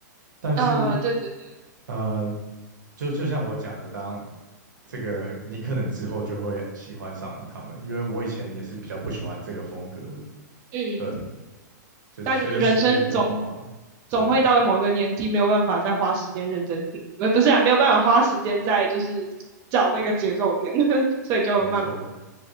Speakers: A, on the right; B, on the right.
A: 但是
B: 呃，对对对，
A: 呃，就就像我讲的，当这个你可能之后就会喜欢上他们，因为我以前也是比较不喜欢这个风格的，
B: 嗯，
A: 对，
B: 嗯
A: 就是随着时间变化，
B: 但人生总总会到某一个年纪，
A: 对。
B: 没有办法再花时间认真听，呃，不是啊，没有办法花时间再，就是找那个节奏点，<laughs> 所以就慢。
A: 没错，